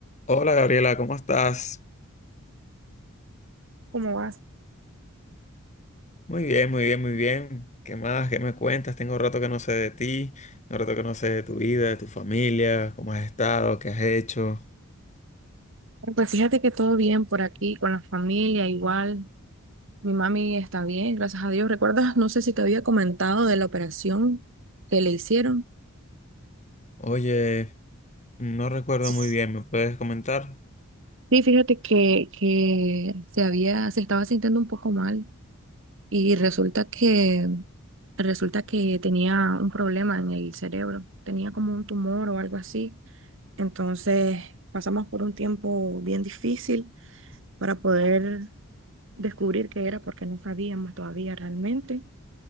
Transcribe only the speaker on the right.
¿Cómo vas?
Bueno, Pues fíjate que todo bien por aquí, con la familia, igual. Mi mami está bien, gracias a Dios. ¿Recuerdas? No sé si te había comentado de la operación que le hicieron.
Sí,
fíjate que, que se había, se estaba sintiendo un poco mal y resulta que, resulta que tenía un problema en el cerebro. Tenía como un tumor o algo así. Entonces pasamos por un tiempo bien difícil para poder descubrir qué era porque no sabíamos todavía realmente.